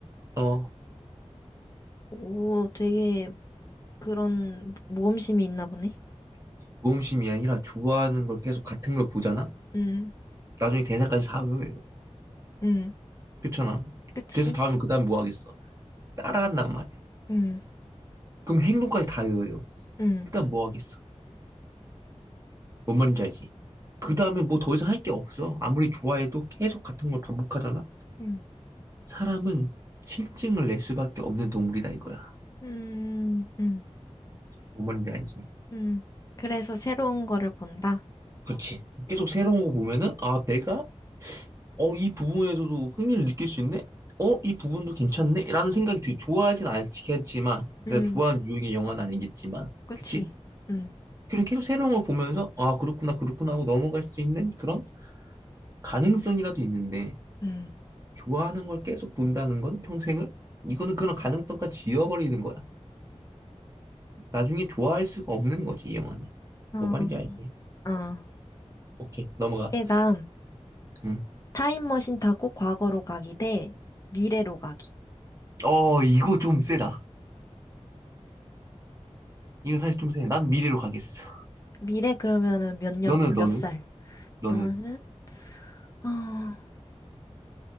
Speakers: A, on the right; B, on the left.
A: 어,
B: 오, 되게 그런 모험심이 있나 보네.
A: 모험심이 아니라 좋아하는 걸 계속 같은 걸 보잖아?
B: 응.
A: 나중에 대사까지 다 외워요.
B: 응.
A: 그렇잖아.
B: 그치?
A: 대사 다 외우면 그 다음 뭐 하겠어? 따라한단 말이야.
B: 응.
A: 그럼 행동까지 다 외워요.
B: 음,
A: 그다음 뭐 하겠어? 뭔 말인지 알지? 그 다음에 뭐 더 이상 할 게 없어. 아무리 좋아해도 계속 같은 걸 반복하잖아?
B: 음,
A: 사람은 실증을 낼 수밖에 없는 동물이다 이거야.
B: 음, 음,
A: 뭔 말인지 알지?
B: 음. 그래서 새로운 거를 본다?
A: 그렇지. 계속 새로운 거 보면은, 아, 내가, 어, 이 부분에서도 흥미를 느낄 수 있네? 어, 이 부분도 괜찮네? 라는 생각이 들, 좋아하진 않겠지만, 내가
B: 음,
A: 좋아하는 유형의 영화는 아니겠지만,
B: 그치.
A: 그치?
B: 음,
A: 그냥 계속 새로운 걸 보면서, 아, 그렇구나, 그렇구나 하고 넘어갈 수 있는 그런 가능성이라도 있는데,
B: 음.
A: 좋아하는 걸 계속 본다는 건 평생을? 이거는 그런 가능성까지 지워버리는 거야. 나중에 좋아할 수가 없는 거지, 이 영화는.
B: 어,
A: 뭐 말인지 알지?
B: 어.
A: 오케이, 넘어가.
B: 그 다음,
A: 음.
B: 타임머신 타고 과거로 가기 대 미래로 가기.
A: 어, 이거 좀 세다. 이거 사실 좀 세. 난 미래로 가겠어.
B: 미래 그러면은 몇 년도,
A: 너는, 너는?
B: 몇 살?
A: 너는?
B: 나는, 아,